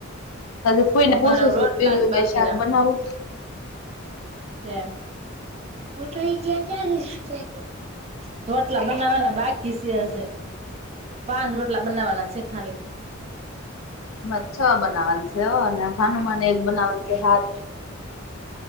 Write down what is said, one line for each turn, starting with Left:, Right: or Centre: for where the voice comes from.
Left: હજ ફોઈને પોસું
Right: મારા
Left: છું.
Right: રોટલા
Left: બીજું
Right: જ
Left: કઈ
Right: બાકીરા
Left: શાક બનાવું?
Right: તૈ હું તો જ્યા કશ રોટલા બનાવવાના બાકી છે હજી. પાંચ રોટલા બનાવાના છે ખાલી.
Left: અમાર છ બનાવાનું છે ને ભાનુમા નો એક બનાવવાનું છે હાત.